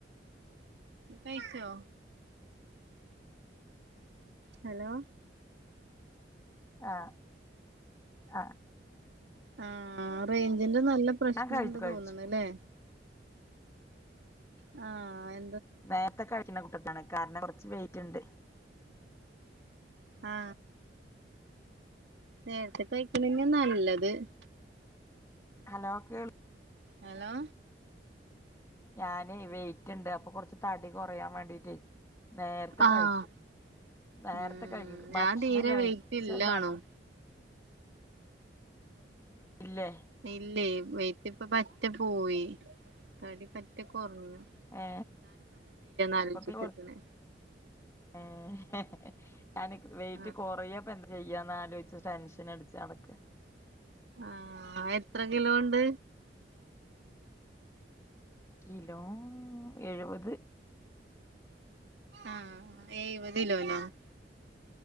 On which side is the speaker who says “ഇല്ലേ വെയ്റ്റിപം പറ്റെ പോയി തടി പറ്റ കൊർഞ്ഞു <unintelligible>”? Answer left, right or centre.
Right